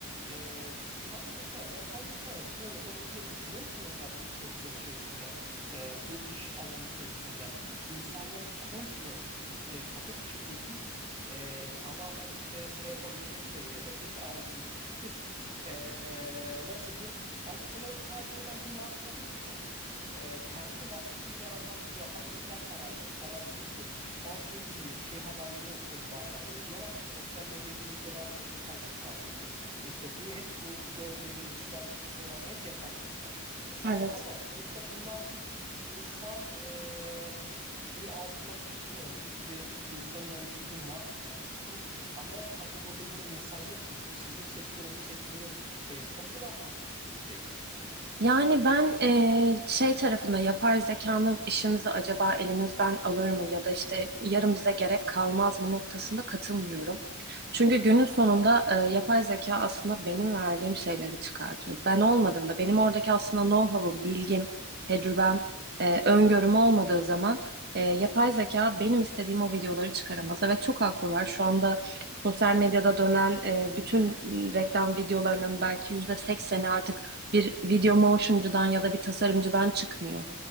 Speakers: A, on the right (about 25°); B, on the right (about 50°).
A: e, sen mesela yapay zekanın şunu yapabileceğini düşünüyor musun mesela bu sektör içerisinde e, bu iş alanı içerisinde insanları komple e, kapı dışı edip e, tamamen işte şey yapabilecek seviyede dış ardı edip çünkü e, nasıl diyeyim başkalarını takip eden bir marka değil de e, kendi markasını yaratan bir yapay zeka kararları falan. Çünkü ben şeyi duyu- şey haberlerini okuyorum bazen böyle diyorlar ki sosyal medya içeriklerini artık hep yapay zeka üretiyor. E İşte bu hep bu gördüğün reelsler işte şeyler falan hep yapay zeka. E tamam
B: Evet.
A: ama sonuçta bunlar bir insan e, şeyi altından çıkmıyor mu? Fikri, insanın oluşturduğu marka bu ana kategoride yine insan yok mu? Bu sizin sektörü, bu sektörü e, çok mu daha fazla etkileyecek?
B: Yani ben eee, şey tarafında yapay zekanın işimizi acaba elimizden alır mı ya da işte yarın bize gerek kalmaz mı noktasında katılmıyorum. Çünkü günün sonunda eee, yapay zeka aslında benim verdiğim şeyleri çıkartıyor. Ben olmadığımda benim oradaki aslında know-how'ım, bilgim, tecrübem, eee, öngörüm olmadığı zaman eee, yapay zeka benim istediğim o videoları çıkaramaz. Evet çok haklılar. Şu anda Sosyal medyada dönen eee, bütün reklam videolarının belki yüzde sekseni artık bir video motioncudan ya da bir tasarımcıdan çıkmıyor.